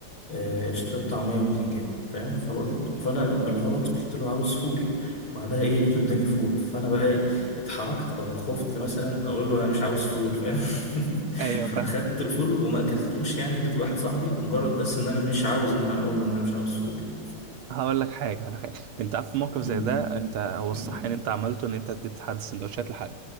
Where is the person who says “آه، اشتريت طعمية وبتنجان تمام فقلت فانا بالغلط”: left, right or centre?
Left